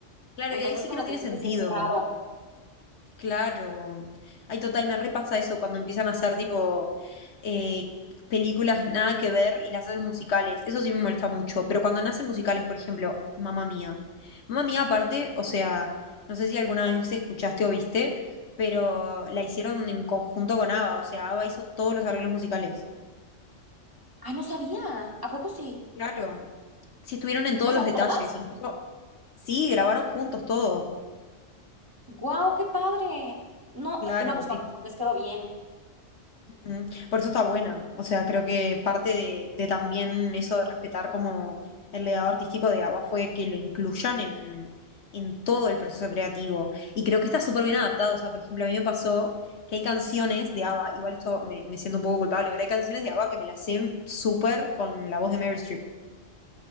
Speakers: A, on the left; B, on the right.
A: claro,
B: Entonces
A: y ahí sí
B: como
A: que no tiene
B: que sí
A: sentido.
B: se siente raro.
A: Claro. Ay, total, me repasa eso cuando empiezan a hacer tipo eh, películas nada que ver y las hacen musicales. Eso sí me molesta mucho. Pero cuando nacen musicales, por ejemplo, Mamma Mía. Mamma Mía, aparte, o sea, no sé si alguna vez escuchaste o viste, pero la hicieron en conjunto con ABBA. O sea, ABBA hizo todos los arreglos musicales.
B: Ah, no sabía. ¿A poco sí?
A: Claro. Sí, estuvieron en todos
B: O sea,
A: los detalles.
B: ¿todas?
A: Incluso, sí, grabaron juntos todo.
B: ¡Guau, qué padre! No,
A: Claro.
B: no, pues con razón les quedó bien.
A: Mm, Por eso está buena. O sea, creo que parte de, de también eso de respetar como el legado artístico de ABBA fue que lo incluyan en, en todo el proceso creativo. Y creo que está súper bien adaptado. O sea, por ejemplo, a mí me pasó que hay canciones de ABBA, igual esto me, me siento un poco culpable, pero hay canciones de ABBA que me las sé súper con la voz de Meryl Streep.